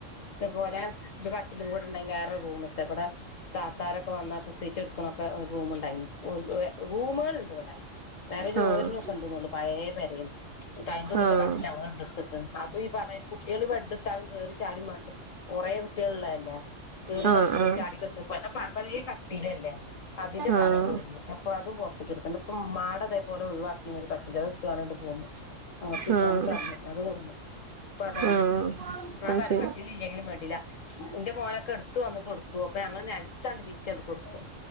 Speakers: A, on the left (about 80°); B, on the right (about 50°).
A: ഇതുപോലെ ഒരു കട്ടിലു കൂടേണ്ടെയിനി വേറൊരു റൂമ്ത്തെ ഇവിടെ താത്താരൊക്കെ വന്നാ പ്രസവിച്ചെട്ക്ക ണൊക്കെ ഒരു റൂമ്ണ്ടൈനി ഒര് ഏ റൂമുകള്ണ്ട് ഇവിടെ പെര ചോര്നൊക്കെണ്ട്ന്നൊള്ളു
B: ആഹ്
A: പഴേ പെരേണ് ഇന്നിട്ട് അയ്ന്റെ ഉള്ള്ത്തെ
B: ആഹ്
A: കട്ടില് ഞങ്ങളാടെ ഇണ്ട് ക്ക്ട്ട് അതും ഈ പറഞ്ഞയിരി കുട്ട്യേള് ബെഡ് ട്ടാലും കേറി ചാടി മണ്ടും കൊറെ കൂട്ട്യേള് ഇള്ളല്ലെ കേറി
B: ആഹ് ആഹ്
A: കളിച്ചിട്ടൊക്കെ
B: ആഹ്
A: ചാടി കളിച്ചെപ്പെ പഴേ കട്ടിലല്ലേ അതിന്റെ ഫലം
B: ആഹ്
A: പൊളിഞ്ഞ് അപ്പൊ അതും പൊറത്തക്ക് ഇട്ത്ത്ണ്ട് ഇപ്പൊ ഇമ്മാ അതേപോലെ ഒഴിവാക്കിനൊരു കട്ടില് അത് ഇട്ത്ത്ങ്ങാണ്ട് ഇങ്ങട്ട്പോന്ന് ഞങ്ങക്ക്
B: ആഹ്
A: ഞങ്ങക്ക് തന്ന് അത് കൊട്ന്നു ഇപ്പൊ അതാണ്
B: ആഹ്
A: ഞാൻ
B: അത്
A: പറിം
B: ശരി
A: കട്ടിലില്ലെങ്കിലും വേണ്ടില്ലാ ഇന്റെ മോനൊക്കെ എട്ത്ത് വന്ന് കെട്ക്കും അപ്പൊ ഞങ്ങൾ നെലത്താണ്ട് വിരിച്ചാട് കൊട്ക്കും